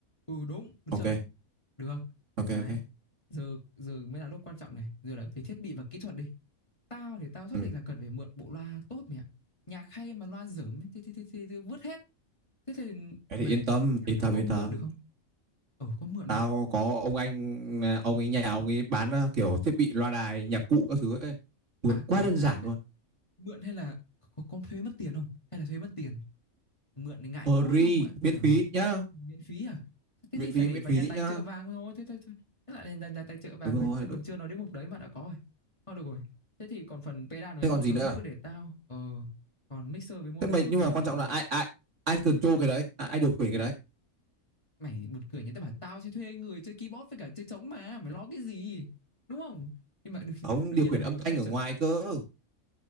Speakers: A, on the left (about 20°); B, on the right (about 60°).
A: ừ đúng được
B: Ok,
A: chưa được không?
B: ok
A: Đấy.
B: ok.
A: Giờ giờ mới là lúc quan trọng này, giờ là về thiết bị và kỹ thuật đi. Tao thì tao xác
B: Ừ.
A: định là cần phải mượn bộ loa tốt mày ạ. Nhạc hay mà loa dởm ấy, thì thì thì, thì, thì vứt hết. Thế thì mày
B: Thế
A: mày,
B: thì yên
A: mày
B: tâm,
A: em
B: yên
A: nó
B: tâm
A: có
B: yên
A: mượn
B: tâm.
A: được không? Ờ có mượn
B: Tao
A: được không?
B: có ông anh à, ông ấy nhà ông ấy bán à, kiểu thiết bị loa đài, nhạc cụ các thứ ấy. Vượt
A: À
B: Quá
A: à
B: đơn giản
A: thế
B: luôn
A: mượn hay là có, có thuế mất tiền không? Hay là thuế mất tiền? mượn thì ngại
B: free
A: quá không ạ
B: miễn
A: trời
B: phí
A: ơi,
B: nhá
A: miễn phí à thế
B: miễn
A: thì phải
B: phí
A: để
B: miễn
A: vào
B: phí
A: nhà tài
B: nhá
A: trợ vàng rồi thế thôi thôi thế lại là nhà tài trợ vàng
B: đúng rồi
A: người tôi
B: đúng.
A: còn chưa nói đến mục đấy mà đã có rồi thôi được rồi thế thì còn phần pedal với
B: thế
A: bộ
B: còn
A: trống
B: gì nữa
A: thì cứ để tao ờ còn mixer với monitor
B: thế mình nhưng
A: thì
B: mà
A: ờ,
B: quan trọng là ai ai ai control cái đấy à, ai điều khiển cái đấy
A: mày buồn cười nhỉ tao bảo tao sẽ thuê người chơi keyboard với cả chơi trống mà mày lo cái gì đúng không nhưng mà đương,
B: không
A: đương
B: điều
A: nhiên
B: khiển
A: là mình
B: âm
A: vẫn
B: thanh
A: phải
B: ở
A: chuẩn
B: ngoài cơ